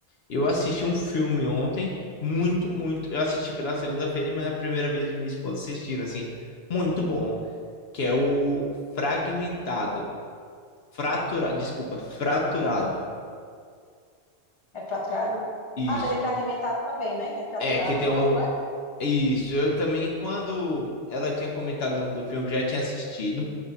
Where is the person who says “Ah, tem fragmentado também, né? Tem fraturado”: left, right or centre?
Left